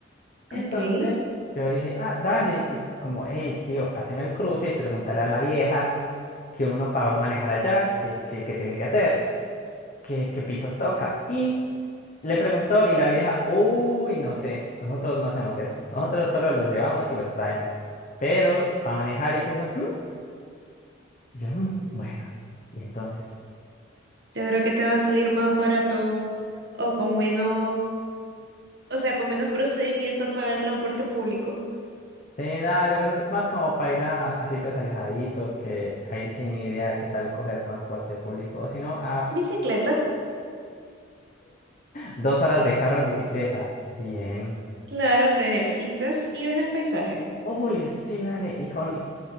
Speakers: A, on the left; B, on the right.
A: Entonces
B: Ok, yo
A: yo dije, ah, dale, pues como, hey, tío, haceme el cruce y pregúntale a la vieja que uno para manejar allá, que, que, que tiene que hacer, que, que pitos toca. Y le preguntó y la vieja, uy, no sé, nosotros no hacemos eso, nosotros solo los llevamos y los traemos. Pero para manejar y eso, "Mm". Y yo, "Mm, bueno, y entonces,
B: creo que te va a salir más barato o con menos, o sea, con menos procedimientos pagar transporte público.
A: sí, dale, pues es más como para ir a, a sitios alejaditos, que ahí sin idea qué tal coger transporte público, o si no, apps.
B: Bicicleta,
A: Dos horas de carro en bicicleta. Bien.
B: claro, te ejercitas y ves el paisaje.
A: Uy, sí, dale. Y con,